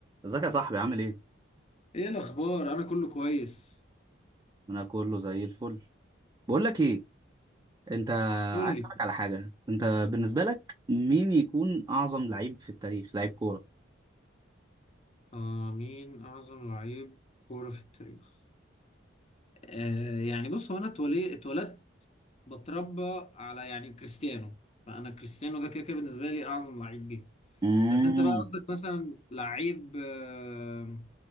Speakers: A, on the right; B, on the left.
A: ازيك يا صاحبي عامل ايه؟
B: ايه الاخبار انا كله كويس
A: انا كله زي الفل بقول لك ايه انت
B: قول
A: عايز
B: لي
A: اسالك على حاجه انت بالنسبه لك مين يكون اعظم لعيب في التاريخ لعيب كوره
B: آه مين اعظم لعيب كوره في التاريخ آه يعني بص هو انا اتولي- اتولدت بتربى على يعني كريستيانو فانا كريستيانو ده كده كده بالنسبه لي اعظم لعيب جه
A: امم
B: بس انت بقى قصدك مثلا لعيب آه